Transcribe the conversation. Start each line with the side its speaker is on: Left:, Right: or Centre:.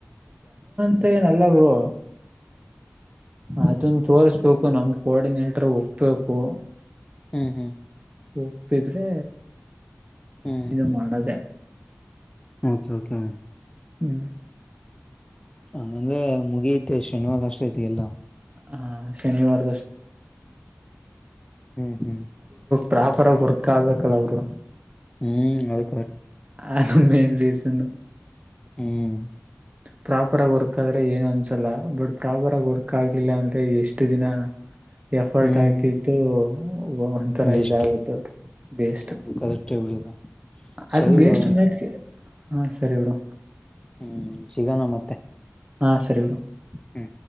Right: ಮತ್ತೆ ನಲ್ಲ ಬ್ರೋ ಅದನ್ ತೋರ್ಸ್ಬೇಕು ನಮ್ ಕೋಆರ್ಡಿನೇಟರ್ ಒಪ್ಬೇಕು
Left: ಹ್ಮ್ ಹ್ಮ್
Right: ಒಪ್ಪಿದ್ರೆ
Left: ಹ್ಮ್
Right: ಇದು ಮಾಡೋದೆೇ
Left: ಓಕೆ ಓಕೆ
Right: ಹ್ಮ್
Left: ಹಂಗಂದ್ರೆ ಮುಗಿಯತೆ ಶನಿವಾರ ಅನ್ನೋಸ್ಟೊತ್ತಿಗೆಲ್ಲ
Right: ಆ ಶನಿವಾರ
Left: ಹ್ಮ್ ಹ್ಮ್
Right: ಪ್ರಾಪರ ಆಾಗಿ ವರ್ಕ್ ಆಗಬೆಕ್ಕಲ್ಲ ಬ್ರೋ
Left: ಹ್ಮ್ ಹೌದ
Right: ಅದು ಮೇನ್ ರೀಸನ್ನು
Left: ಹ್ಮ್
Right: ಪ್ರಾಪರ್ ಆಗಿ ವರ್ಕ್ ಆದ್ರೆ ಏನು ಅನ್ಸಲ್ಲ ಬಟ್ ಪ್ರಾಪರ್ ಆಗಿ ವರ್ಕ್ ಆಗ್ಲಿಲ್ಲ ಅಂದ್ರೆ ಎಷ್ಟು ದಿನ ಎಫರ್ಟ್
Left: ಹ್ಮ್
Right: ಹಾಕಿದ್ದು ಒಂಥರ
Left: ಎಷ್ಟು
Right: ಇದಾಗುತ್ತವ ವೇಸ್ಟ್
Left: ಅದು ಕರೆಕ್ಟ್ ಬಿಡುದು
Right: ಅದು
Left: ಸರಿ
Right: ವೇಸ್ಟ್
Left: ಬ್ರೋ
Right: ಅನ್ನೋದಕ್ಕೆ ಹಾ ಸರಿ ಬ್ರೋ
Left: ಹ್ಮ್ ಸಿಗಣ ಮತ್ತೆ
Right: ಹಾ ಸರಿ ಬ್ರೋ
Left: ಹ್ಮ